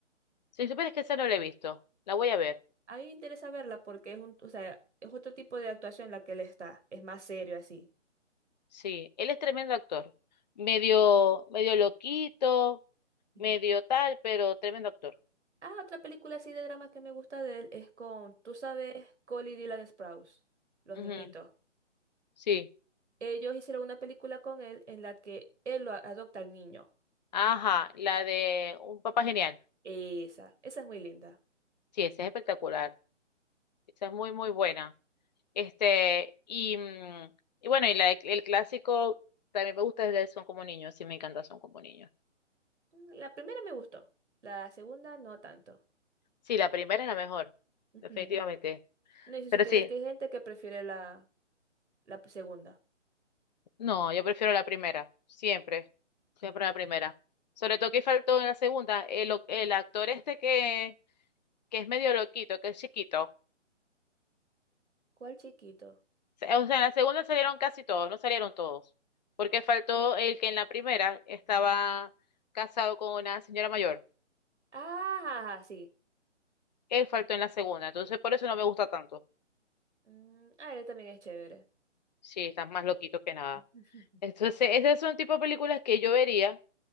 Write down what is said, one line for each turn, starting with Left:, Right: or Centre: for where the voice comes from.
Left: si supieras que esa no la he visto, la voy a ver.
Right: A mí me interesa verla porque es un, o sea, es otro tipo de actuación la que él está, es más serio así.
Left: Sí, él es tremendo actor. Medio, medio loquito,
Right: Ujú.
Left: medio tal, pero tremendo actor.
Right: Ah, otra película así de drama que me gusta de él es con, tú sabes, Cole y Dylan Sprouse, los
Left: Ujú,
Right: niñitos.
Left: Sí.
Right: Ellos hicieron una película con él en la que él lo a- adopta al niño.
Left: Ajá, la de Un Papá Genial.
Right: Esa, esa es muy linda.
Left: Sí, esa es espectacular. Esa es muy, muy buena. Este, y, mm, y bueno, y la de- el clásico también me gusta desde Son como niños. Sí, me encanta Son como niños.
Right: Mm, La primera me gustó, la segunda no tanto.
Left: Sí, la primera es la mejor,
Right: Ujú.
Left: definitivamente.
Right: No, y si
Left: Pero
Right: supieras
Left: sí,
Right: que hay gente que prefiere la, la segunda.
Left: No, yo prefiero la primera, siempre, siempre la primera. Sobre todo que faltó en la segunda, el, o- el actor este que, que es medio loquito, que es chiquito.
Right: ¿Cuál chiquito?
Left: Se- O sea, en la segunda salieron casi todos, no salieron todos, porque faltó el que en la primera estaba casado con una señora mayor.
Right: Ah, ja, ja, sí.
Left: Él faltó en la segunda, entonces por eso no me gusta tanto.
Right: Mm, ah, él también es chévere.
Left: Sí, estás más loquito que nada.
Right: <laughs>
Left: Entonces, ese es un tipo de películas que yo vería